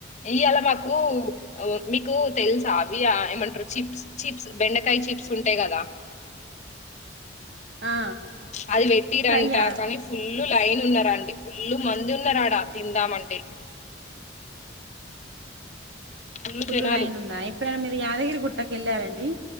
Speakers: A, on the left; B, on the right.
A: ఈయ్యలా మాకు ఓ మీకు తెలుసా అవి ఆ ఏమంటారు చిప్స్ చిప్స్ బెండకాయ చిప్స్ ఉంటాయి కదా
B: ఆ
A: అది పెట్టిరంటా
B: ఫ్రైయా
A: కానీ ఫుల్ లైన్ ఉన్నార అండి ఫుల్లు మంది ఉన్నారట్ ట తిందామంటే ఫుల్
B: ఫుల్లు
A: జనాలు
B: లైన్ ఉందా ఎప్పుడైనా మీరు యాదగిరి గుట్ ట్టకేళ్ళారండి.